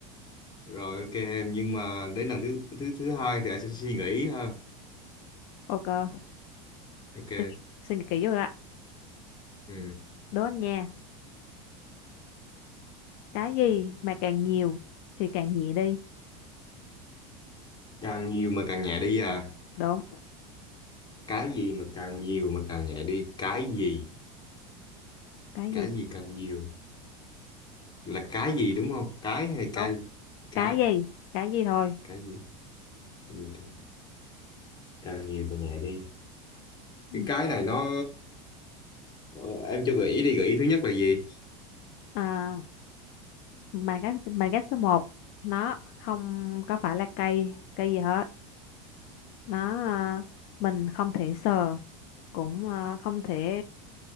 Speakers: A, on the left; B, on the left.
A: rồi ok em nhưng mà đến lần thứ thứ thứ hai thì anh sẽ suy nghĩ ha
B: ok
A: ok
B: suy nghĩ, suy nghĩ kỹ vô đã
A: ừ.
B: đố anh nha cái gì mà càng nhiều thì càng nhẹ đi
A: càng nhiều mà càng nhẹ đi à
B: đúng
A: cái gì mà càng nhiều mà càng nhẹ đi cái gì
B: cái
A: cái
B: gì
A: gì càng nhiều là cái gì đúng không cái hay cây
B: đúng
A: cái
B: cái gì cái gì thôi
A: cái gì ừ, thôi. càng nhiều càng nhẹ đi
B: Ừ.
A: cái cái này nó Ờ, em cho gợi ý đi gợi ý thứ nhất là gì
B: à, mà cái mà cái số một nó không có phải là cây cây gì hết nó à, mình không thể sờ cũng à, không thể